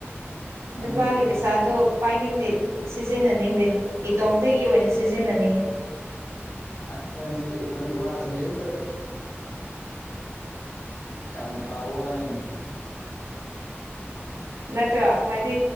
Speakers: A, on the left; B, on the right.
A: ꯅꯪ
B: ꯅꯨꯄꯥꯒꯤ ꯄꯩꯁꯥꯗꯣ ꯄꯥꯏꯅꯤꯡꯗꯦ ꯁꯤꯖꯤꯟꯅꯅꯤꯡꯗꯦ ꯏꯇꯣꯝꯇꯒꯤ ꯑꯣꯏꯅ ꯁꯤꯖꯤꯟꯅꯅꯤꯡꯉꯤ꯫
A: ꯑ ꯅꯪꯁꯤ ꯅꯪꯒꯤ ꯋꯥꯁꯤꯗꯤ ꯍꯦꯛꯇ ꯌꯥꯝꯅ ꯐꯥꯕ ꯋꯥꯅꯤꯅꯦ꯫
B: ꯅꯠꯇ꯭ꯔꯣ ꯍꯥꯏꯗꯤ